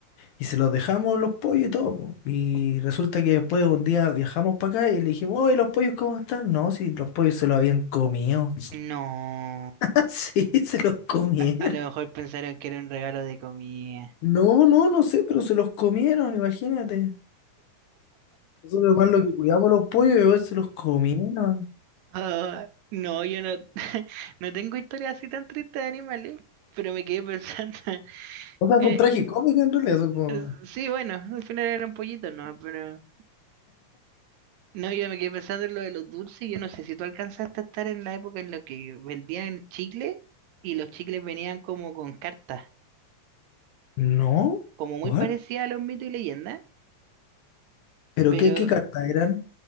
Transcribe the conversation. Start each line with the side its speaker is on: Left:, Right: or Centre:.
Left: Y se los dejamos los pollos y todo. po. Y resulta que después un día viajamos para acá y le dijimos, oye, ¿los pollos cómo están? No, si los pollos se los habían comido.
Right: No.
Left: <laughs> Sí, se los comieron.
Right: A, a lo mejor pensaron que era un regalo de comida.
Left: No, no, no sé, pero se los comieron, imagínate. Nosotros más lo que cuidamos a los pollos y se los comieron.
Right: Ah, no, yo no, <laughs> no tengo historias así tan tristes de animales, pero me quedé pensando. <laughs>
Left: O sea,
Right: eh,
Left: son tragicómicas en realidad, son como...
Right: Es- Sí, bueno, al final era un pollito, ¿no? Pero no, yo me quedé pensando en lo de los dulces. Y Yo no sé si tú alcanzaste a estar en la época en la que vendían chicles y los chicles venían como con cartas,
Left: No,
Right: como
Left: ¿cuál?
Right: muy parecidas a los mitos y leyendas,
Left: ¿Pero
Right: pero
Left: qué, qué carta eran?